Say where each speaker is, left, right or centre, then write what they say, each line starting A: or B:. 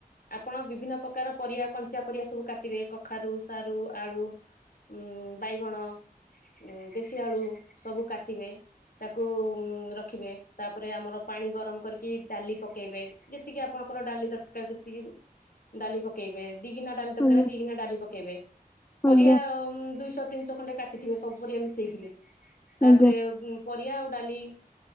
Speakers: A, on the left; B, on the left.
A: ଆପଣ ବିଭିନ୍ନ ପ୍ରକାର ପରିବା କଞ୍ଚା ପରିବା ସବୁ କାଟିବେ କଖାରୁ ସାରୁ ଆଳୁ। ଉଁ ବାଇଗଣ। ଉଁ ଦେଶୀ ଆଳୁ ସବୁ କାଟିବେ ତାକୁ ରଖିବେ ତାପରେ ଆମର ପାଣି ଗରମ କରିକି ଡାଲି ପକେଇବେ, ଯେତିକି ଆପଣଙ୍କର ଡାଲି ଦରକାର ସେତିକି ଡାଲି ପକେଇବେ ଦି ଗିନା ଡାଲି ତରକାରୀରେ
B: ଆଜ୍ଞା
A: ଦି ଗିନା ଡାଲି ପକେଇବେ ପରିବା
B: ଆଜ୍ଞା
A: ଦୁ ଇଶ ଦୁଇଶ ଖଣ୍ଡେ କାଟିିଥିବେ ସବୁ ମିଶେଇକୀରି ତାପରେ
B: ଆଜ୍ଞା
A: ଉ ପରିବା ଡାଲି